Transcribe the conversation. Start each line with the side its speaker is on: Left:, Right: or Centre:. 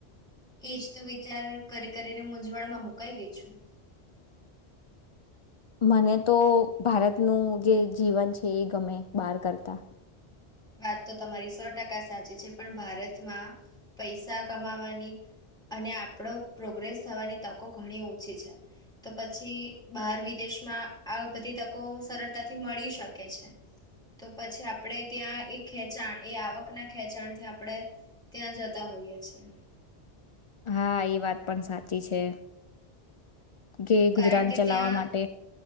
Centre: એજ તો વિચાર કરી કરીને મૂઝવણમાં મુકાઈ ગઈ છું
Left: મને તો ભારતનું જે જીવન છે એ ગમે બહાર કરતા
Centre: વાત તો તમારી સો ટકા સાચી છે પણ ભારતમાં પૈસા કમાવાની અને આપણો પ્રોગ્રેસ થવાની તકો ઘણી ઓછી છે તો પછી બહાર વિદેશમાં આ બધી તકો સરળતાથી મળી શકે છે તો પછી આપણે ત્યાં એ ખેચાણ એ આવકના ખેંચાણ થી આપણેે ત્યાં જતા હોઈએ છેએ
Left: હા એ વાત પણ સાચી છે કે
Centre: કારણ
Left: ગુજરાન
Centre: કે
Left: ચલાવવા
Centre: ત્યાં
Left: માટે